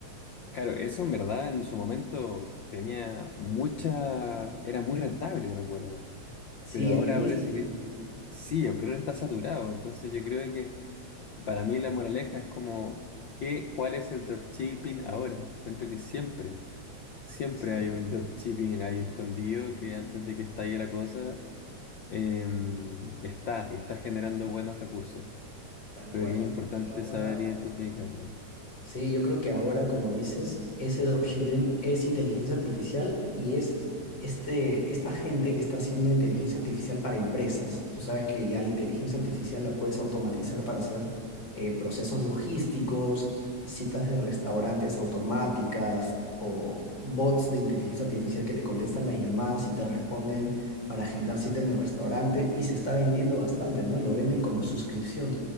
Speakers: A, on the left (about 80°); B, on the left (about 35°).
A: claro, eso en verdad en su momento tenía mucha, era muy rentable, recuerdo.
B: Sí,
A: Pero ahora
B: al inicio.
A: parece que sí, el problema está saturado. Entonces yo creo que para mí la moraleja es como, ¿qué, cuál es el dropshipping ahora? Encuentro que siempre, siempre
B: Sí,
A: hay un dropshipping ahí escondido que antes de que estalle la cosa, eh, está y está generando buenos recursos.
B: tal
A: Creo
B: cual.
A: que es
B: Yo
A: importante
B: creo que ahora
A: saber identificarlo.
B: Sí, yo creo que ahora, como dices, ese dropshipping es inteligencia artificial y es este, esta gente que está haciendo inteligencia artificial para empresas. Tú sabes que ya la inteligencia artificial la puedes automatizar para hacer eh, procesos logísticos, citas de restaurantes automáticas o bots de inteligencia artificial que te contestan las llamadas y te responden para agendar cita en el restaurante y se está vendiendo bastante, ¿no? Y lo venden como suscripción.